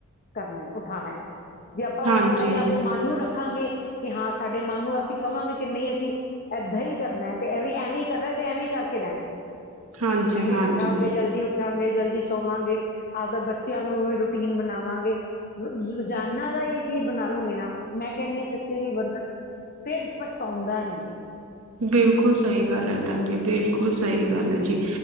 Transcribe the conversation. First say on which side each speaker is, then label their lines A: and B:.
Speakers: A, on the left; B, on the right.
A: ਕਰਨਾ ਏ ਉਠਾਉਣਾ ਏ, ਜੇ ਆਪਾਂ
B: ਹਾਂਜੀ
A: ਉਠ ਸਹੀ ਆਵਦੇ ਮਨ ਨੂੰ ਰੱਖਾਂਗੇ। ਕਿ ਹਾਂ ਸਾਡੇ ਮਨ ਨੂੰ ਅਸੀਂ ਕਵਾਗੇ ਕਿ ਨਹੀਂ ਅਸੀਂ ਏਦਾਂ ਹੀ ਕਰਨਾ ਤੇ, ਐਵੇਂ- ਐਵੇਂ ਹੀ ਕਰੋ ਤੇ ਐਵੇਂ ਕਰਕੇ ਰਹਿਣਾ ਐ।
B: ਹਾਂਜੀ
A: ਐਵੇਂ
B: ਹਾਂਜੀ
A: ਉਠਾਗੇ
B: ਹਾਂਜੀ
A: ਜਲਦੀ ਉਠ ਉਠਾਂਗੇ ਜਲਦੀ ਸੋਵਾਂਗੇ, ਆਪਦਾ ਬੱਚਿਆਂ ਨੂੰ ਵੀ ਰੂਟੀਨ ਬਣਾਵਾਂਗੇ। ਰੋਜ਼ਾਨਾ ਦਾ ਇਹ ਚੀਜ਼ ਬਣਾ ਲਉਗੇ ਨਾ ਮੈਂ ਕਹਿੰਨੀ ਆ ਕਿੱਤੇ ਵੀ ਬੰਦਾਂ ਫਿਰ ਪਛਤਾਉਂਦਾ ਨੀ ਐ।
B: ਬਿਲਕੁਲ ਸਹੀ ਗੱਲ ਹੈ ਤੁਹਾਡੀ ਬਿਲਕੁਲ ਸਹੀ ਗੱਲ ਐ ਜੀ,